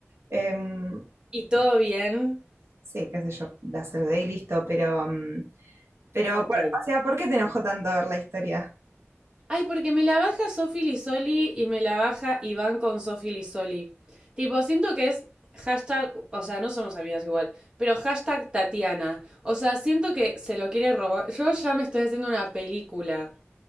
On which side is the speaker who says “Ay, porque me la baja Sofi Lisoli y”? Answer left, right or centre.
Right